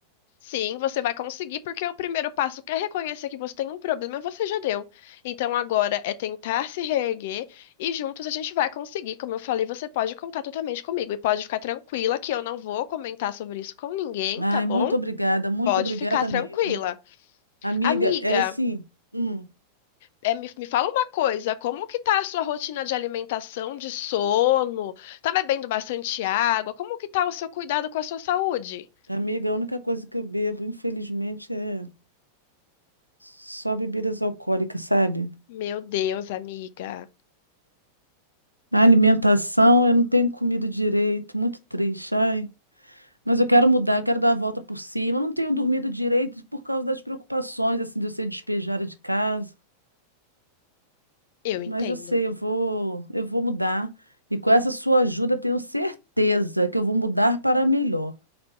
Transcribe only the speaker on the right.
Ai,
muito obrigada, muito
obrigada
mesmo. Amiga,
é assim, hum,
amiga, a única coisa que eu bebo, infelizmente, é só bebidas alcoólicas, sabe?
A alimentação, eu não tenho comido direito, muito triste, ai. Mas eu quero mudar, eu quero dar a volta por cima. Eu não tenho dormido direito por causa das preocupações, assim, de eu ser despejada de casa.
Mas eu sei, eu vou, eu vou mudar. E com essa sua ajuda, tenho certeza que eu vou mudar para melhor.